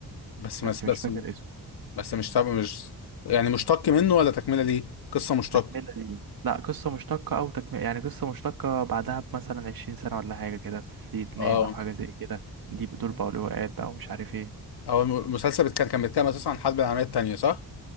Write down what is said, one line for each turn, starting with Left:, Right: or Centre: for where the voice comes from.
Left: بس
Right: بس
Left: بس بس
Right: مش فاكر اسمه
Left: بس مش تابع مش يعني مشتق منه ولا تكمله ليه قصه مشتقه
Right: تكملة ليه لا قصة مشتقة أو تكملة يعني قصة مشتقة بعدها بمثلا عشرين سنة ولا حاجة كده في فيتنام
Left: اه
Right: أو حاجة زي كده دي دول بقوا لواءات بقى ومش عارف ايه
Left: هو الم- المسلسل بيتكلم كان بيتكلم اساسا عن الحرب العالميه الثانيه صح